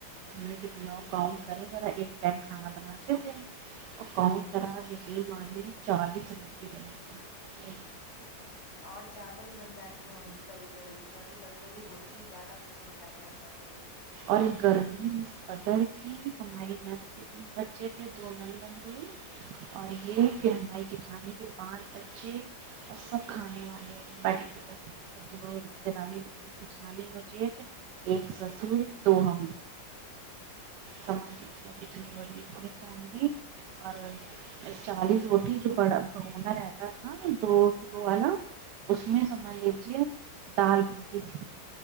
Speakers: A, on the right (about 75°); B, on the left (about 55°).
A: ہم کتناؤ کاؤن کرے ذا ایک ٹائم کھانا بناتے تھے اکاؤنٹ
B: ہ
A: کرا دلیے میں نے چالیس روپی بنی تھی ہ
B: اور زیادہ ہی بن جاتی ہوں گی کبھی کبھی کیونکہ کبھی کبھی روٹی ہی زیادہ پسند کرتے ہیں سب لوگ
A: اور گرمی بدل کے ہمارے نل پہ بچےتنے دو نلگندند اور یہ پھر ہماری جیٹھانی کے پانچ بچے اور سب کھانے والے بیٹے دو‌ جیٹھانی مجھے ایک سسور دونوں سمجھ کے ی ف اور چالیس روٹی جو بڑا بھگونا رہتا تھا دو کلو والا اس میں سمجھ لیجے دال بنتی تھی